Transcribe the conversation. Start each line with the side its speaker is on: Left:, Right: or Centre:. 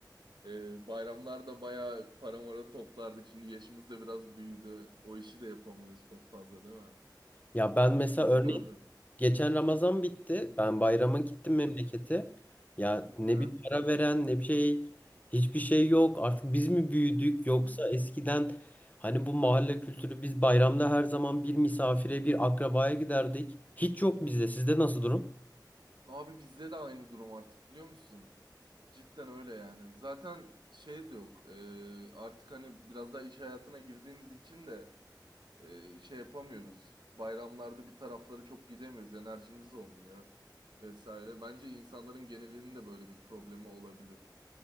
Right: e, bayramlarda bayağı para mara toplardık. Şimdi yaşımız da biraz büyüdü. O işi de yapamıyoruz çok fazla değil mi?
Left: Ya ben mesela
Right: Bizi
Left: örneğin
Right: görmüyor.
Left: geçen Ramazan bitti. Ben bayrama gittim
Right: Hı
Left: memlekete. Ya ne
Right: hı.
Left: bir para veren ne bir şey. Hiçbir şey yok. Artık biz mi büyüdük yoksa
Right: Hı.
Left: eskiden hani bu mahalle kültürü biz bayramda her zaman bir misafire bir akrabaya giderdik. Hiç yok bizde. Sizde nasıl durum?
Right: Abi bizde de aynı durum artık biliyor musun? Cidden öyle yani. Zaten şey de yok. E, artık hani biraz daha iş hayatına girdiğimiz için de e, şey yapamıyoruz. Bayramlarda bir taraflara çok gidemiyoruz. Enerjimiz olmuyor vesaire. Bence insanların genelinin de böyle bir problemi olabilir.